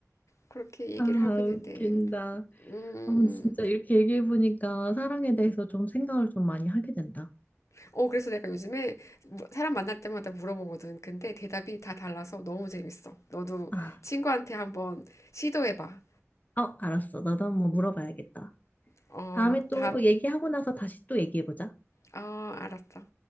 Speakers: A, on the left; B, on the left.
A: 그렇게 얘기를
B: 아,
A: 하고 있는데.
B: 웃긴다.
A: 음. 음.
B: 어, 근데 진짜 이렇게 얘기해보니까 사랑에 대해서 좀 생각을 좀 많이 하게 된다.
A: 어, 그래서 내가 요즘에 뭐- 사람 만날 때마다 물어보거든. 근데 대답이 다 달라서 너무 재밌어. 너도
B: 아,
A: 친구한테 한번 시도해봐.
B: 어, 알았어. 나도 한번 물어봐야겠다.
A: 어,
B: 다음에 또
A: 다,
B: 얘기하고 나서 다시 또 얘기해보자.
A: 어, 알았어.